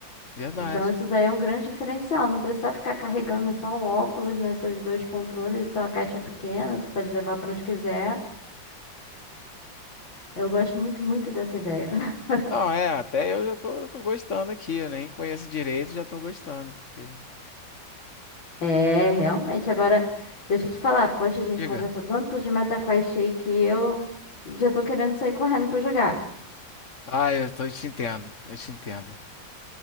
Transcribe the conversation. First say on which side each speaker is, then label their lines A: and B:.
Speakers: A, on the left; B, on the left.
A: verdade.
B: Então isso daí é um grande diferencial. Não precisa ficar carregando é só o óculos, né? Seus dois controles. Então a caixa é pequena, você pode levar pra onde quiser. Eu gosto muito, muito dessa ideia. <laughs>
A: Não, é, até eu já tô, tô gostando aqui, eu nem conheço direito, já tô gostando, porque.
B: É, realmente. Agora, deixa eu te falar. Poxa, a gente
A: Diga.
B: conversou tanto de MetaQuest aí que eu já tô querendo sair correndo pra jogar.
A: Ah, eu tô, eu te entendo, eu te entendo.